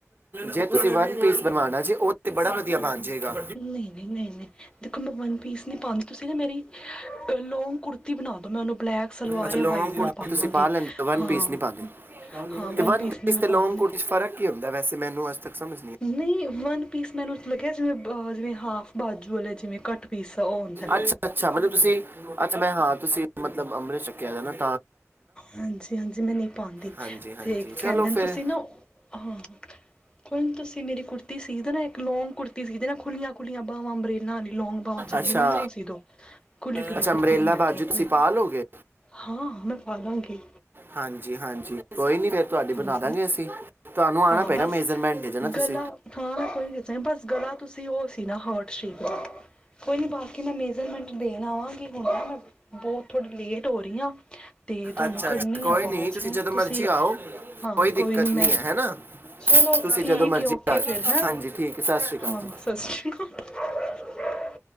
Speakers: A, on the right; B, on the left.
A: ਜੇ ਤੁਸੀਂ ਵਨ ਪੀਸ ਬਣਵਾਉਣਾ ਜੇ ਤੇ ਬੜਾ ਵਧੀਆ ਬਣ ਜਾਏਗਾ
B: ਨਹੀਂ ਨਹੀਂ ਨਹੀਂ ਨਹੀਂ ਦੇਖੋ ਮੈਂ ਵਨ ਪੀਸ ਨੀ ਪਾਉਦੀ ਤੁਸੀਂ ਨਾ ਮੇਰੀ ਲੋਂਂਗ ਕੁੜਤੀ ਬਣਾ ਦੋ ਮੈਂ ਉਹਨੂੰ ਬਲੈਕ ਸਲਵਾਰ
A: ਅੱਛਾ
B: ਜਾਂ
A: ਲੌਂਗ
B: ਵਾਈਟ
A: ਕੁੜਤੀ
B: ਨਾਲ ਪਾਲਾਂਗੀ
A: ਤੁਸੀਂ ਪਾ ਲੈਂਦੇ ਵਨ
B: ਹਾਂ
A: ਪੀਸ ਨਹੀਂ ਪਾਉਂਦੇ
B: ਹਾਂ
A: ਤੇ
B: ਵਨ ਪੀਸ ਨੀ ਮੈਂ
A: ਤੇ ਲੌਂਗ
B: ਪਾਂਦੀ
A: ਕੁੜਤੀ ਚ ਫਰਕ ਕੀ ਹੁੰਦਾ ਮੈਨੂੰ ਤੱਕ ਸਮਝ
B: ਨਹੀਂ ਵਨ ਪੀਸ ਮੈਂਨੂੰ ਮਤਲਬ ਕਿਹਾ ਜਿਵੇਂ ਜਿਵੇਂ ਹਾਫ ਬਾਜੂ ਵਾਲੇ ਜਿਵੇਂ ਕੱਟ ਪੀਸ ਉਹ ਹੁੰਦਾ
A: ਅੱਛਾ ਅੱਛਾ ਮਤਲਬ ਤੁਸੀਂ ਅੱਛਾ ਮੈਂ ਹਾਂ ਤੁਸੀਂ ਮਤਲਬ ਅੰਮ੍ਰਿਤਸਰ ਕੇ ਆ ਜਾਣਾ
B: ਹਾਂਜੀ ਹਾਂਜੀ ਮੈਂ ਨਹੀਂ ਪਾਉਂਦੀ
A: ਹਾਂਜੀ ਹਾਂਜੀ
B: ਤੇ
A: ਚਲੋ
B: ਕਹਿੰਦੇ
A: ਫਿਰ
B: ਤੁਸੀਂ ਨਾ ਹਾਂ ਕੋਈ ਨਹੀਂ ਤੁਸੀਂ ਮੇਰੀ ਕੁੜਤੀ ਤੀ ਸੀ ਨਾ ਇੱਕ ਲੋਂਗ ਕੁੁਰਤੀ ਸੀ ਨਾ ਖੁੱਲੀਆਂ ਖੁੱਲੀਆਂ ਖੁੱਲੀਆਂ ਬਾਹਵਾਂ ਅੰਬਰੇਲਾਂ ਲੌਂਗ ਬਾਂਵਾ ਚੱਲਦੀਆਂ
A: ਅੱਛਾ
B: ਨੇ ਨਾ ਸੀ ਦੋ ਕੁੁੱਲੀ ਢੁਲੀ
A: ਅੱਛਾ
B: ਕੁੜਤੀ
A: ਅੰਬ੍ਰੇਲਾ
B: ਬਣਾ
A: ਬਾਜੂ
B: ਦੋ
A: ਤੁਸੀਂ ਪਾ ਲੋਗੇ
B: ਹਾਂ ਮੈਂ ਪਾ ਲਾਂਗੀ
A: ਹਾਂਜੀ ਹਾਂਜੀ ਕੋਈ ਨਹੀਂ ਫਿਰ ਤੁਹਾਡੀ ਬਣਾ
B: ਹਾਂਜੀ
A: ਦਾਂਗੇ ਅਸੀਂ ਤੁਹਾਨੂੰ ਆਣਾ
B: ਹਾਂ
A: ਪਏਗਾ
B: ਬਸ
A: ਮੇਜ਼ਰਮੈਂਟ ਦੇ ਜਾਣਾ
B: ਗਲਾ
A: ਤੁਸੀਂ
B: ਹਾਂ ਮੈਂ ਕੋਈ ਨੀ ਦੱਸਾਂ ਬਸ ਗਲਾ ਤੁਸੀਂ ਉਹ ਸੀਨਾ ਹਾਂ ਸ਼੍ਰੀਕ <unintelligible> ਕੋਈ ਨਹੀਂ ਬਾਕੀ ਮੈਂ ਮੇਜ਼ਰਮੈਂਟ ਦੇਣ ਆਵਾਂਗੀ ਕਿ ਹੁੰਦਾ ਮੈਂ ਬਹੁਤ ਥੋੜ੍ਹੀ ਲੇਟ ਹੋ ਰਹੀ ਹ ਤੇ ਤੁਹਾਨੂੰ
A: ਅੱਛਾ
B: ਕਰਨੀ
A: ਅੱਛਾ ਕੋਈ
B: ਆਵਾਜ਼
A: ਨਹੀਂ
B: ਹੈ
A: ਜਦੋਂ
B: ਤੁਸੀਂ
A: ਮਰਜ਼ੀ ਆਓ
B: ਹਾਂ ਕੋਈ
A: ਦਿੱਕਤ
B: ਨੀ ਮੈਂ
A: ਨਹੀਂ ਹੈ ਹੈਨਾ
B: ਚਲੋ
A: ਤੁਸੀਂ
B: ਠੀਕ
A: ਜਦੋਂ ਮਰਜ਼ੀ
B: ਆ ਓਕੇ ਫਿਰ ਹੈਂ
A: ਹਾਂਜੀ ਠੀਕ ਹੈ ਸਤਿ ਸ਼੍ਰੀ ਅਕਾਲ
B: ਹਾਂ
A: ਜੀ
B: ਸਤ ਸ਼੍ਰੀ ਅਕਾਲ